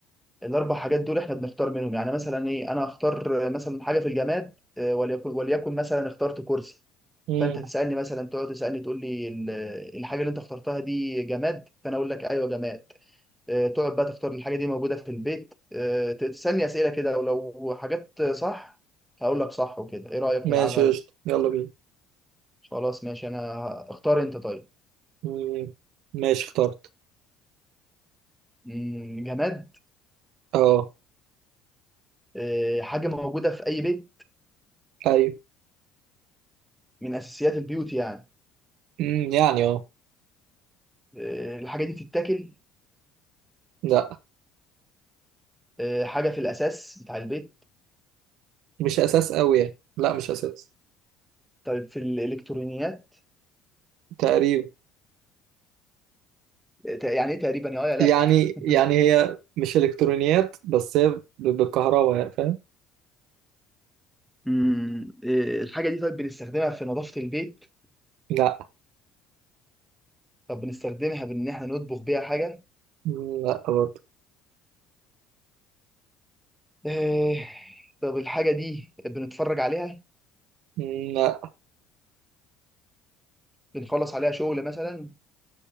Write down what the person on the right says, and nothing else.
مم.
ماشي
قشطة يلا بينا
مم. ماشي اخترت
اه
ايوه
مم. يعني اه
لا
مش اساس قوي يعني لا مش اساس
تقريبا
يعني
يعني هي مش الكترونيات بس هي ب- بالكهرباء يعني فاهم
لا
مم. لا برضه
مم. لا